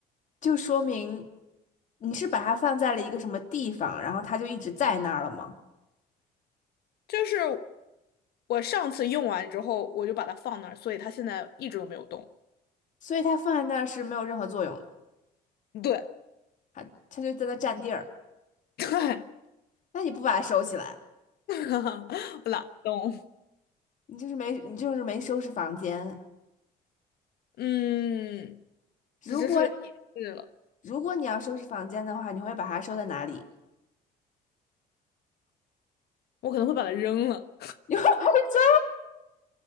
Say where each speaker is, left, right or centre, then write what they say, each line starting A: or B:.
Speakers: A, on the left; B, on the left.
A: 就说明你是把它放在了一个什么地方，然后它就一直在那儿了吗？
B: 就是我上次用完之后，我就把它放那儿，所以它现在一直都没有动。
A: 所以它放在那儿是没有任何作用的，
B: 对，
A: 它它就在那占地儿。
B: 对，
A: 那你不把它收起来，
B: <laughs> 我懒得动。
A: 你就是没你就是没收拾房间。
B: 嗯，
A: 如果
B: 这就是个提示了，
A: 如果你要收拾房间的话，你会把它收在哪里？
B: 我可能会把它扔了。
A: <laughs> 你会把它收？